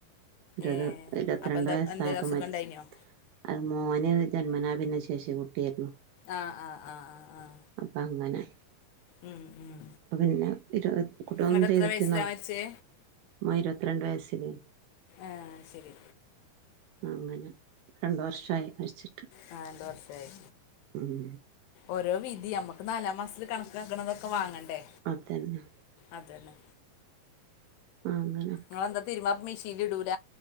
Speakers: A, on the right; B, on the left.
A: ഇരുപത്
B: ഏഹ്
A: ഇരുപത്തിരണ്ട്
B: അപ്പൊ എന്താ
A: വയസ്സായപ്പോ
B: എന്തേലും അസുഖം
A: മരിച്ചു
B: ഉണ്ടായിനോ
A: അത് മോന് ജന്മനാ ദിന്ന ശേഷി കുട്ടിയായിരുന്നു
B: ആഹ് ആഹ് ആഹ് ആഹ് ആഹ്
A: അപ്പ അങ്ങനെ
B: ഉം ഉം
A: അ പിന്നെ കുട്ടിക
B: ഇങ്ങട്ട്
A: ഒന്നും
B: എത്ര
A: ചെയ്തിട്ടന്നാ
B: വയസ്സിലാ മരിച്ചേ
A: മ ഇരുപത്തി രണ്ട് വയസില്
B: ആഹ് ശരി
A: അങ്ങനെ രണ്ട വർഷായി മരിച്ചിട്ട്
B: ആ രണ്ട വർഷ ആയി
A: ഉം
B: ഓരോ വിതി നമുക്ക് നാലാം മാസത്തിൽ കണക്കാക്കണതൊക്കെ വാങ്ങണ്ടേ
A: അതന്നെ
B: അതല്ലെ
A: ആ അങ്ങനെ
B: നിങ്ങെന്താതിരുമ്പ മെഷീനിൽ ഇടൂല